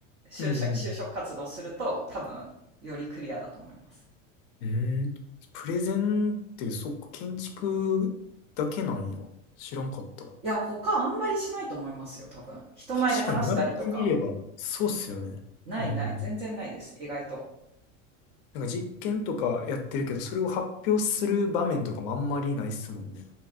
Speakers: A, on the right; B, on the left.
A: 就職、
B: うん。うん。
A: 就職活動すると多分よりクリアだと思います。
B: うーん。プレゼンって、そっか、建築だけなんや。知らんかった。
A: いや、他あんまりしないと思いますよ、多分。人前で話したりとか。
B: 確かに言われてみれば、そうっすよね。
A: ないない、
B: うん。
A: 全然ないです、意外と。
B: なんか実験とかやってるけど、それを発表する場面とかもあんまりないっすもんね。